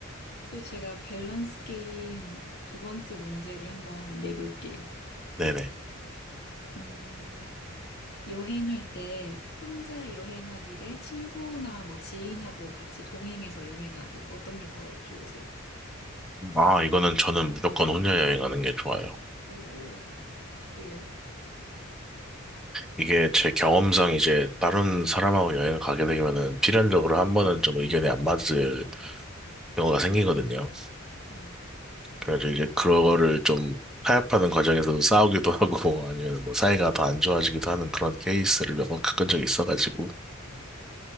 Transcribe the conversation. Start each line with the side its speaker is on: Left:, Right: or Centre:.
Left: 또 제가 밸런스 게임 두 번째 문제를 한번 내볼게요.
Centre: 네네.
Left: 음, 여행할 때 혼자 여행하기 대 친구나 뭐 지인하고 같이 동행해서 여행하기. 어떤 게 더 좋으세요?
Centre: 아, 이거는 저는 무조건 혼자 여행하는 게 좋아요.
Left: 오, 왜요?
Centre: 이게 제 경험상 이제 다른 사람하고 여행을 가게 되면은 필연적으로 한 번은 좀 의견이 안 맞을 경우가 생기거든요.
Left: 네.
Centre: 그래서 이제 그거를 좀 타협하는 과정에서도 싸우기도 하고 <laughs> 아니면 뭐 사이가 더 안 좋아지기도 하는 그런 케이스를 몇 번 겪은 적이 있어가지고